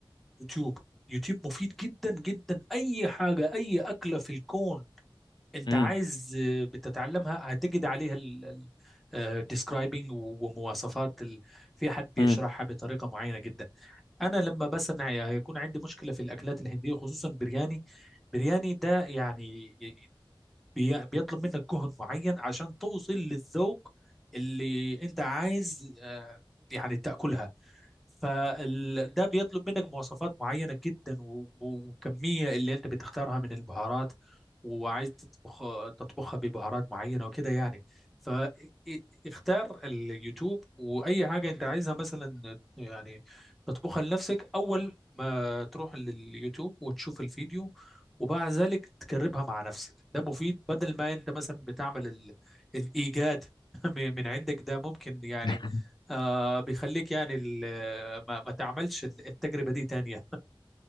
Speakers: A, in the centre; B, on the left.
A: اليوتيوب يوتيوب مفيد جدا جدا اي حاجه اي اكله في الكون انت
B: امم
A: عايز آه، بتتعلمها هتجد عليها الديسكرايبنج ومواصفات ال- في حد بيشرحها
B: امم
A: بطريقه معينه جدا انا لما مثلا هيكون عندي مشكله في الاكلات الهنديه خصوصا برياني برياني ده يعني بي- بيطلب منك جهد معين عشان توصل للذوق اللي انت عايز آه، يعني تاكلها فده بيطلب منك مواصفات معينة جدا و- و- وكمية اللي انت بتختارها من البهارات وعايز تطبخ تطبخها ببهارات معينة وكده يعني فاختار اليوتيوب وأي حاجة انت عايزها مثلا يعني تطبخها لنفسك أول ما تروح لليوتيوب وتشوف الفيديو وبعد ذلك تجربها مع نفسك ده مفيد بدل ما انت مثلا بتعمل ال- الإيجاد <laughs> من عندك ده ممكن يعني
B: <laughs>
A: آه بيخليك يعني ال- ما, ما تعملش التجربة دي تانية